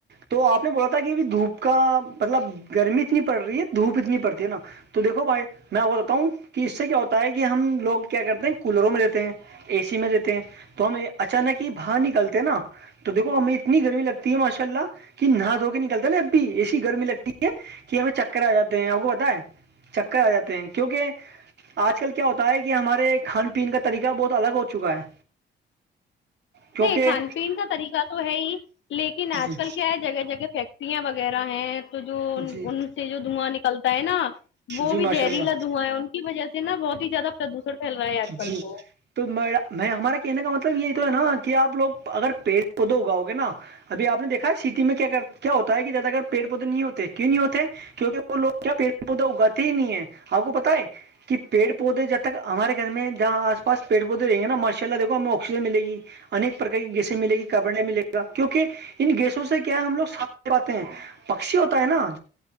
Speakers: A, on the right (about 60°); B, on the left (about 70°).
A: تو آپ نے بولا تھا کہ اب دھوپ کا مطلب گرمی اتنی پڑ رہی ہے دھوپ اتنی پڑتی ہے نا تو دھو بھائی میں آپ کو بتاؤوں کہ اس سے کیا ہوتا ہے کہ ہم لوگ کیا کرتے ہیں کولروں میں رہتے ہیں اے سی میں رہتے ہیں تو ہم اچانک ہی باہر نکلتے نا تو دیکو ہمیں اتنی گرمی لگتی ہے ماشاء اللہ کہ نہا دھو کے نکلتا اب بھی ایسی گرمی لگتی ہے کہ ہمیں چکر آ جاتے ہیں آپ کو بتا ہے چکر آ جاتے ہیں کیونکہ آج کل کیا ہوتا ہے کہ ہمارے کھان پین کا طریقہ بہت الگ ہو چکا ہے کیونکہ
B: نہیں کھان پین کا طریقہ تو ہے ہی لیکن آج
A: جی
B: کل کیا ہے جگہ جگہ فیکٹ یاں وغیرہ ہیں تو جو ان
A: جی
B: سے جو دھواں ن نکلتا ہے نا وہ
A: جی ماشاء
B: بھی زہریلا
A: اللہ
B: دھواں ہے ان کی وجہ سے نا بہت ب زیادہ پردوشن پھیل رہا ہے آج کل
A: جی
B: تو
A: تو ہمارے کہنے کا مطلب یہ تو ہے نا کہ آپ لوگ اگر پیڑ پودے اگاؤ گے نا ابھی آپ نے دیکھا سٹی میں کیا کر کیا ہوتا ہے کہ زیادہ اگر پیڑ پودے نہیں ہوتے کیوں نہیں ہوتے کیونکہ وہ لوگ کیا پیڑ پودا اگاتے ہی نہیں ہے آپ کو پت ہے کہ پیڑ پ پودے جب تک ہمارے گھر میں جہاں آ پاس پی پودے رہیں گے نا ماشء اللہ دیکو ہمیں آکسیجن ملےی انیک پرک کی گیسیں ملے گی کابڑ ملے گا کیونکہ ان گیسوں سے کیا ہم لو ساتے ہیں پاکشی ہوتے ہیں نا